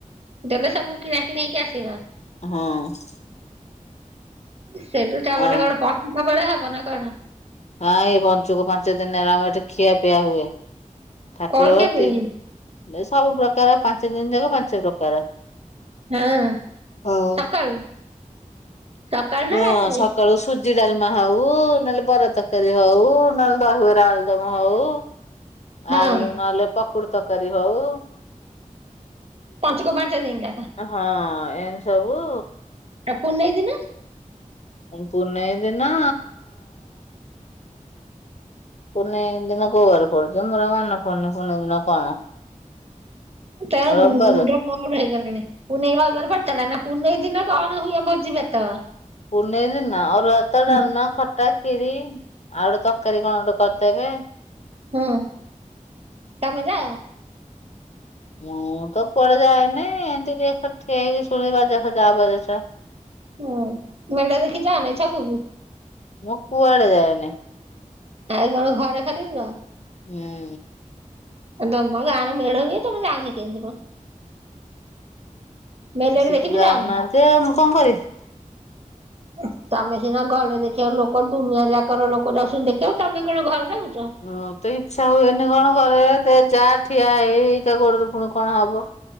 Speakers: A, on the right (about 45°); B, on the left (about 55°).
A: ଦେଲେ ସବୁ କିଣାକିଣି ହେଇକି ଆସିବା।
B: ହଁ।
A: ସେଠୁ ତା ପରେ
B: ଆଉ
A: କଣ ପଶିକ ବଳେ ହବ ନା କଣ?
B: ଆଇ ପଞ୍ଚୁକ ପାଞ୍ଚ ଦିନ ହେଲା ଆମର ଏଠି ଖିଆ ପିଆ ହୁଏ ଠାକୁରଘଠୀ।
A: କଣ କେବେ ହୁଏ?
B: ଏସବୁ ପ୍ରକାର ପାଞ୍ଚ ଦିନ ଯାକ ପାଞ୍ଚ ପ୍ରକାର
A: ହଁ
B: ହଉ।
A: ସକାଳୁ ସକାଳୁ
B: ହଁ
A: ନା ରାତିରେ?
B: ସକାଳୁ ସୁଜି ଡାଲମା ହଉ ନହେଲେ ବରା ତରକାରୀ ହଉ ନହେଲେ ଦହିବରା ଆଉ ତମ ହଉ
A: ହଁ
B: ଆଉ ନହେଲେ ପକୁଡି ତରକାରୀ ହଉ।
A: ପଞ୍ଚୁକ ପାଞ୍ଚ ଦିନି ଯାକ।
B: ହଁ ଏମିତି ସବୁ
A: ଆ ପୁନେଇ ଦିିନ?
B: ପୁନେଇ ଦିନ ପୁନେଇ ଦିନ କୋଉ ବାରେ ପଡୁଚି ମୋରଉ ମନେ ପଡୁନି କୁନି ଦିନ କଣ?
A: ତେଣୁ
B: ରବିବାର
A: ମୁ ମୁ ଣ୍ଡଅମା ରୁ ମୁ ନେଇଗଲିଣି ପୁନେଇ ରଇବାର ପଡୁଥିଲାନା ପୁନେଇ ଦିନ କଣ ହୁଏ ଭୋଜି ଭାତ?
B: ପୁନେଇ ଦିନ ଅରୁଆ ଆଭାତ
A: ହୁଁ
B: ଡାଲମା ଖଟା ଖିରି। ଆଉ ଗୋଟେ ତକାରୀ କଣ ଗୋଟେ କରଦେବେ।
A: ହୁଁ ତମେ କିଆ
B: ମୁଁ ତ କୁଆଡେ ଯାଏନି ଏମିତି ଟିକେ ଛିଡ଼ା ହେଇକି ଶୁଣେ ବାଜ ଫାଜା।
A: ହୁଁ ମେଡା ଦେଖି ଜାନିଛକକୁ।
B: ମଁ କୁଆଡେ ଯାଏନି।
A: ଆଉ କଣ ଘରେ ଖାଲି ରୁହ?
B: ହୁଁ।
A: ତମ ଗାଁରେ ମେଳା ହୁଏ ତମେ ଯାଉନି କେମିତି ମ ମେଲୋଡି
B: ସେ
A: ଦେଖି
B: ତ ଯାଉନାହାନ୍ତି
A: ବି ଯାଅନି?
B: ଆଉ ମୁଁ କଣ କରିବି।
A: ଏ ତମେ ସିନା ଘରେ ଦେଖିଆ ଲୋକ ଦୁନିଆ ଯାକର ଲୋକ ଯାଉଛନ୍ତି ଦେଖିଆକୁ ତମେ କଣ ଘରେ ଜଗୁଚ।
B: ହଁ ତ ଇଚ୍ଛା ହୁଏନି କଣ କରେ ଦେ ଯା ଠିଆ ହେଇ ହେଇକା ଗୋଡରେ ପୁଣି କଣ ହବ।